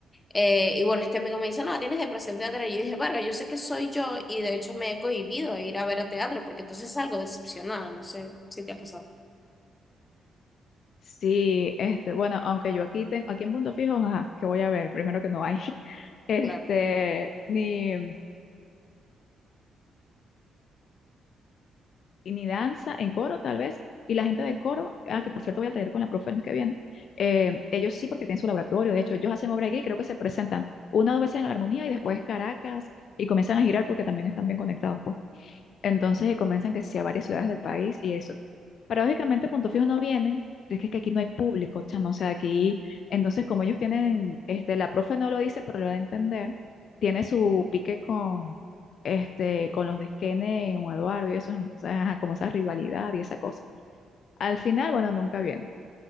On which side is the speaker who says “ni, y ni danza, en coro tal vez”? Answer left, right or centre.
Left